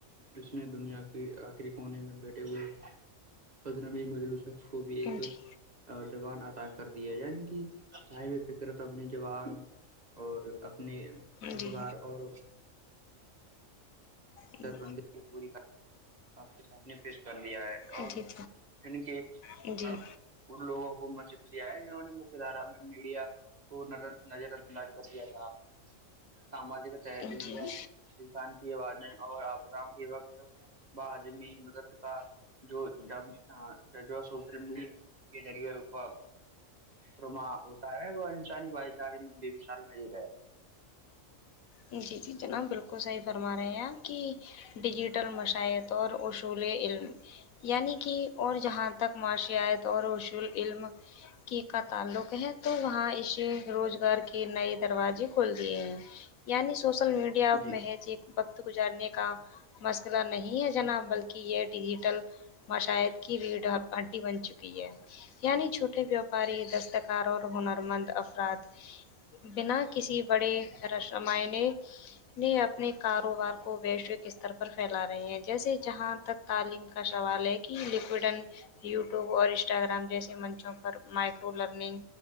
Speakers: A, on the right; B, on the left.
A: اس میں دنیا کے آخری کونے میں بیٹھے ہوئے پدر مل شخ بھی ایک
B: جی
A: زبان اطا کر د ہے یعنی کہ ہائی وے پہ کرپ اپنی جوان اور اپنی اخکار
B: جی
A: اور
B: جی
A: بند پور آپ کے سامنے پیش کر لیا ہے
B: جی
A: اور کہ ایک
B: جی
A: ان لووں کو منچ دیا ہے جنہوں نے مک دھارا میں میڈیا کو نظر انداز کر دیا تھا ساماجک طح
B: جی
A: ٹھیک
B: جی
A: ہے انسان کی آوازیں اور آپ بتاؤں کہ وقت بجمی مدد کا جو جب جہ سوسرے کے ذریعے رکا رما ہوتا ہے وہ بھائی ساری بی م سال میں ہی رہے
B: جی جی جناب بالکل صحیح فرما رہے ہیں آپ کہ ڈیجیٹل مشاائط اور اصول علم یعنی کہ اور جہاں تک معاشت اور اصول علم کی کا تعلق ہے تو وہاں اسے روزگار کے نئے دروازے کھول دیے ہیں یعنی سوشل میڈیا
A: جی
B: محج ایک وقت گزارنے کا مسئلہ نہیں ہے جناب بلکہ یہ ڈیجیٹل مشاہر کی بھییڑھ ہڈی بن چکی ہے ہے یعنی چھوٹے دستکار اور ہنرمند افراد بنا کسی بڑے رش رامائنے یہ اپنے کاروبار کو ویشوک استر پر پھیلا رہے ہیں جیسے جہاں تک تعلیم کا سوال ہے کہ لکوڈ اینڈ یوٹیوب اور انسٹاگرام جیسے منچوں پر مائکرو لرننگ